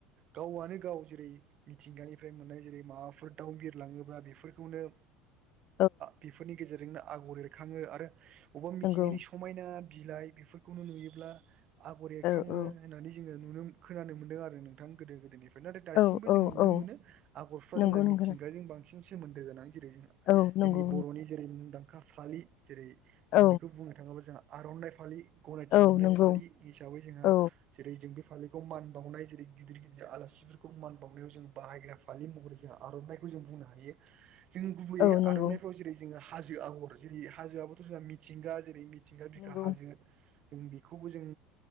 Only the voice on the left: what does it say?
<inaudible>
नंगौ
औ औ
औ औ
औ
नंगौ
नंगौ
औ नंगौ
औ
औ
नंगौ
औ
<inaudible>
औ नंगौ
नंगौ